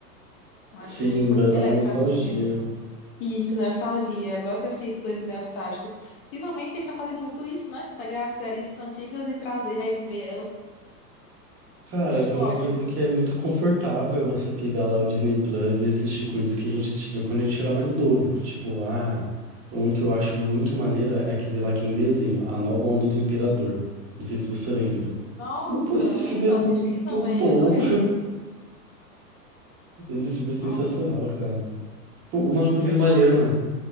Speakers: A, on the left (about 35°); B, on the right (about 30°).
A: Acho
B: Sim,
A: uma coisa
B: vai
A: bem
B: dar
A: leve
B: uma nostalgia.
A: pra assistir de vez em quando. E Isso, nostalgia. Eu gosto de assistir coisas nostálgicas. Ultimamente eles estão fazendo muito isso, né? Pegar séries antigas e trazer, reviver elas.
B: Cara,
A: Acho
B: tem
A: ótimo.
B: uma coisa que é muito confortável você pegar lá o Disney Plus e assistir coisas que a gente assistia quando a gente era mais novo. Tipo, ah, um que eu acho muito maneiro é aquele lá que é em desenho, A Nova Onda do Imperador. Não sei se você lembra.
A: Nossa,
B: Pô, esse
A: lembro,
B: filme é muito
A: assisti também,
B: bom.
A: adorei.
B: <laughs> Esse filme é sensacional,
A: Nossa,
B: cara. Pô, o maluco
A: é verdade.
B: vira uma lhama.